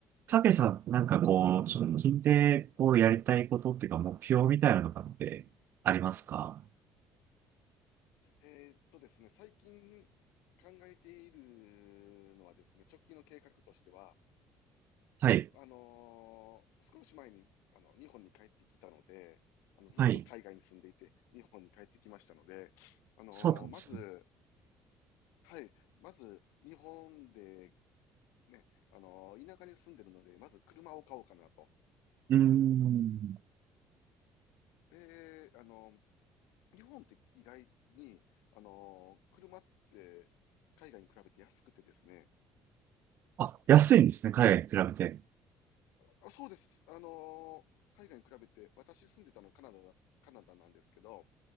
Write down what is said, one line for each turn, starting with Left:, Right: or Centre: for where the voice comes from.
Right: たけさん、なんかこう、ちょこう、やりたいことっていうか、目標みたいなのとかってありますか
Left: えーっとですね、最近考えているのはですね、直近の計画としては、
Right: はい。
Left: あのー少し前にあの日本に帰ってきたので、あのずっと海外に住んでいて、
Right: はい。
Left: 日本に帰ってきましたので、あのーまず、
Right: そうなんですね。
Left: はい、まず日本でね、あのー田舎に住んでるので、まず車を買おうかなと。
Right: うーん。
Left: で、あのー日本って意外に、あのー車って海外に比べて安くてですね、
Right: あ、安いんですね、海外に比べて。
Left: あ、そうです。あのー海外に比べて、私住んでたのカナダ、カナダなんですけど、